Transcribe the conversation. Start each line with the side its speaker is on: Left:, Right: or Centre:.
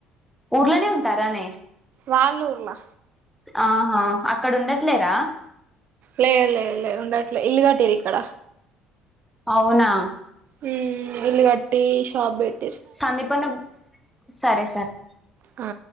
Centre: ఊర్లోనే ఉంటారానే.
Right: వాళ్ళూర్లా.
Centre: ఆహా అక్కడుండట్లేరా.
Right: లే లే లే ఉండట్లే ఇల్లుగట్టిరిక్కడ.
Centre: అవునా.
Right: ఉ ఇల్ గట్టి షాప్ బెట్.
Centre: సందీపన్న సరే సర్.
Right: ఆ